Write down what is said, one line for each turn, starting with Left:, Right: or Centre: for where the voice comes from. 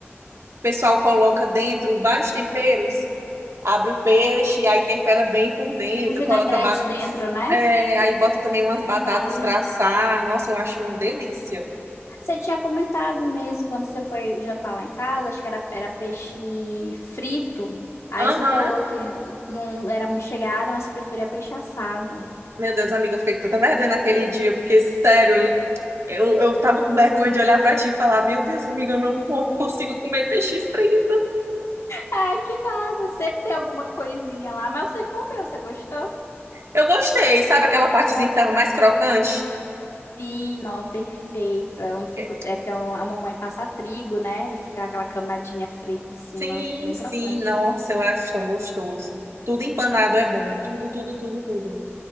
Right: pessoal coloca dentro vários temperos, abre o peixe, aí tempera bem por dentro,
Left: O vinagrete
Right: coloca ba-
Left: dentro, né?
Right: é, aí bota também umas
Left: Sim,
Right: batatas
Left: é delícia.
Right: pra assar. Nossa, eu acho uma delícia.
Left: Você tinha comentado mesmo quando você foi jantar lá em casa, acho que era, era peixe frito. Aí
Right: Aham,
Left: você falou que não era muito chegada, mas que preferia peixe assado.
Right: Meu Deus, amiga, eu fiquei com tanta vergonha naquele dia, porque, sério, eu, eu tava com vergonha de olhar pra ti e falar: Meu Deus, amiga, eu não co- consigo comer peixe frito.
Left: Ah, que nada, sempre tem alguma coisinha lá, mas você comeu, você gostou?
Right: Eu gostei, sabe aquela partezinha
Left: Tá.
Right: que tava mais crocante?
Left: Sim, não, perfeito. É onde fica,
Right: É,
Left: o- é porque a mamãe passa trigo, né? E fica aquela camadinha frita em cima,
Right: Sim,
Left: bem
Right: sim,
Left: crocante.
Right: nossa, eu acho tão gostoso. Tudo empanado é bom, tudo, tudo, tudo, tudo.